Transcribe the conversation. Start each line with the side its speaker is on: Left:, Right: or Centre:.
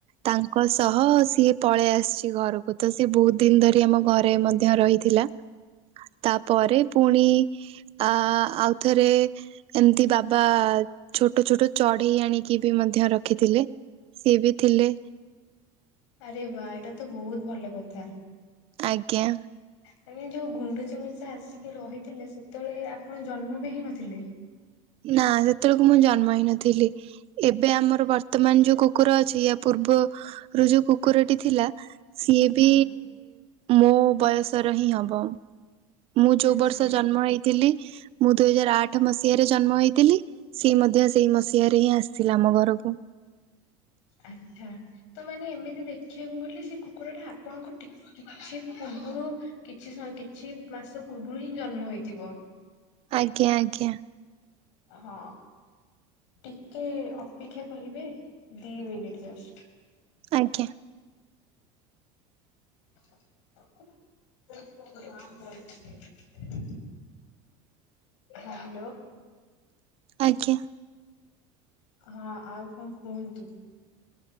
Right: ତାଙ୍କ ସହ ସିଏ ପଳେଇ ଆସିଛି ଘରକୁ। ତ ସେ ବହୁତ ଦିନ ଧରି ଆମ ଘରେ ମଧ୍ୟ ରହିଥିଲା। ତାପରେ ପୁଣି ଆ ଆଉଥରେ ଏମତି ବାବା ଛୋଟ ଛୋଟ ଚଢେଇ ଆଣିକି ବି ମଧ୍ୟ ରଖିଥିଲେ। ସିଏ ବି ଥିଲେ।
Left: ଆରେ ବା ଏଇଟା ତ ବହୁତ ଭଲ କଥା।
Right: ଆଜ୍ଞା।
Left: ମାନେ ଯୋଉ ଗୁଣ୍ଡୁଚି ମୂଷା ଆସିକି ରହିଥିଲେ ସେତେବେଳେ ଆପଣ ଜନ୍ମ ବି ହେଇ ନଥିଲେ?
Right: ନା ସେତେବେଳକୁ ମୁଁ ଜନ୍ମ ହେଇ ନଥିଲି। ଏବେ ଆମର ବର୍ତ୍ତମାନ ଯୋଉ କୁକୁର ଅଛି ୟା ପୂର୍ବରୁୁ ଯୋଉ କୁକୁର ଟି ଥିଲା। ସିଏ ବି
Left: ହଁ।
Right: ମୋ ବୟସର ହିଁ ହବ। ମୁଁ ଯୋଉ
Left: ଆଚ୍ଛା
Right: ବର୍ଷ ଜନ୍ମ ହେଇଥିଲି ମୁଁ ଦୁଇ ହଜାର ଆଠ ମସିହାରେ ଜନ୍ମ ହେଇଥିଲି। ସିଏ ମଧ୍ୟ ସେଇ ମସିହାରେ ହିଁ ଆସିଥିଲା ଆମ ଘରକୁ
Left: ଆଚ୍ଛା। ତ ମାନେ ଏମିତି ଦେଖିବାକୁ ଗଲେ ସେ କୁକୁର ଟା ଆପଣଙ୍କୁ ଟି କିଛି ପୂର୍ବରୁ କିଛି ସ କିଛି ମାସ ପୂର୍ବରୁ ହିଁ ଜନ୍ମ ହେଇଥିବ।
Right: ଆଜ୍ଞା ଆଜ୍ଞା।
Left: ହଁ। ଟିକେ ଅପେକ୍ଷା କରିବେ ଦି ମିନିଟ ଜଷ୍ଟ।
Right: ଆଜ୍ଞା।
Left: <inaudible> ହ୍ୟାଲୋ।
Right: ଆଜ୍ଞା।
Left: ହଁ ଆଉ କଣ କୁହନ୍ତୁ?